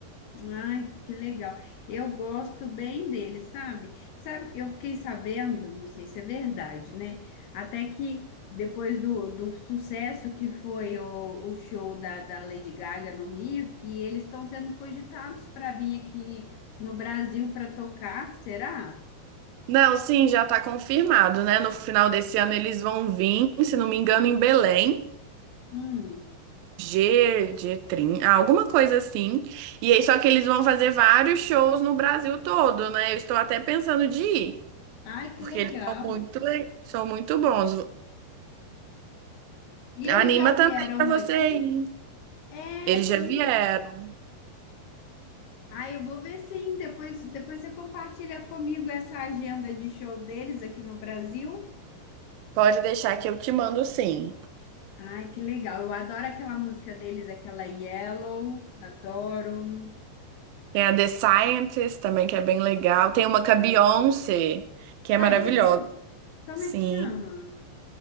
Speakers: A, on the left (about 70°); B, on the right (about 70°).
A: Ai, que legal. Eu gosto bem dele, sabe? Sabe, eu fiquei sabendo, não sei se é verdade, né? Até que depois do, do sucesso que foi o, o show da, da Lady Gaga no Rio, que eles estão sendo cogitados para vir aqui no Brasil para tocar, será?
B: Não, sim, já está confirmado, né? No final desse ano eles vão vir, se não me engano, em Belém,
A: Hum.
B: G, G30, ah, alguma coisa assim. E aí, só que eles vão fazer vários shows no Brasil todo, né? Eu estou até pensando de ir,
A: Ai, que
B: porque
A: legal.
B: eles são muito, le- são muito bons.
A: E
B: Anima
A: eles já vieram
B: também para
A: aqui?
B: você ir.
A: É,
B: Eles já
A: sim.
B: vieram.
A: Ah, eu vou ver sim. Depois, depois você compartilha comigo essa agenda de show deles aqui no Brasil.
B: Pode deixar que eu te mando sim.
A: Ai, que legal. Eu adoro aquela música deles, aquela Yellow. Adoro.
B: Tem a The Scientist também, que é bem legal. Tem uma com
A: Ah,
B: a Beyoncé,
A: ele...
B: que é
A: ah,
B: maravilhosa.
A: é? Como
B: Sim.
A: é que chama?